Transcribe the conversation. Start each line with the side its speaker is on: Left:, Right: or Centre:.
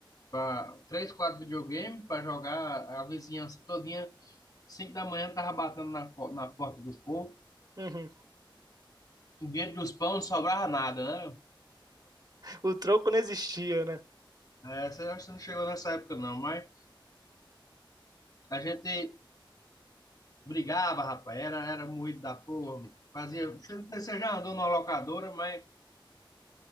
Left: pra, três, quatro videogames para jogar a vizinhança todinha. Cinco da manhã, tava batendo na, po- na porta dos povos.
Right: Uhum.
Left: Dentro dos pão não sobrava nada, né?
Right: O troco não existia, né?
Left: É, você acha que não chegou nessa época, não, mas a gente Brigava, rapaz, era, era moído da porra. Fazia. Você você já andou numa locadora, mas.